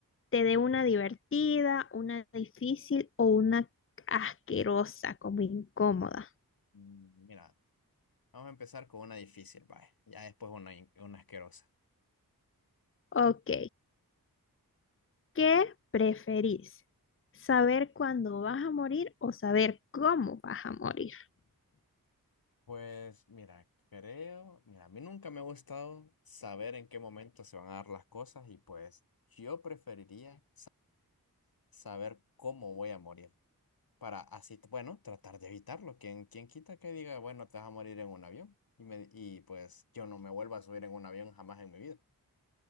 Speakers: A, on the left; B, on the left.
A: te dé una divertida, una difícil o una asquerosa, como incómoda?
B: Mm, Mira, vamos a empezar con una difícil, vaya. Ya después una, in- una asquerosa.
A: Ok, ¿qué preferís? ¿Saber cuándo vas a morir o saber cómo vas a morir?
B: Pues, mira, creo, mira, a mí nunca me ha gustado saber en qué momento se van a dar las cosas y pues yo preferiría sa- saber cómo voy a morir. para así, bueno, tratar de evitarlo. ¿Quién, quién quita que diga, bueno, te vas a morir en un avión? Y, me, y pues yo no me vuelvo a subir en un avión jamás en mi vida.